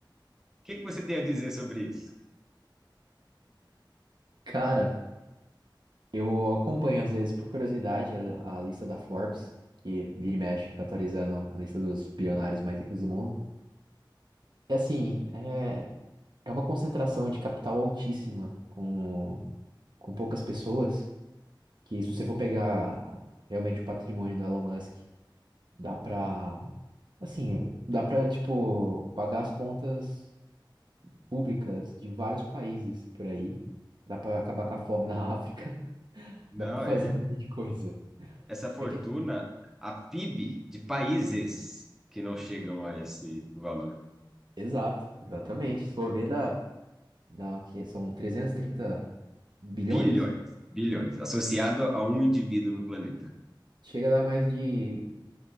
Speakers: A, in the centre; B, on the right (about 60°).
A: O que que você tem a dizer sobre isso?
B: Cara, eu acompanho às vezes por curiosidade a, a lista da Forbes, que vira e mexe atualizando a lista dos bilionários mais ricos do mundo. E assim, é, é uma concentração de capital altíssima com, com poucas pessoas, que se você for pegar realmente o patrimônio do Elon Musk, dá pra, assim, dá pra, tipo, pagar as contas públicas de vários países por aí. Dá pra acabar com a fome na <laughs> África.
A: Não,
B: Dá pra fazer
A: é
B: um monte de coisa.
A: essa fortuna,
B: É que assim,
A: a PIB de países que não chegam a esse valor.
B: exato, exatamente. Se for ver, dá, dá o quê? São trezentos e trinta bilhões.
A: Bilhões, bilhões, associado a um indivíduo no planeta.
B: Chega a dar mais de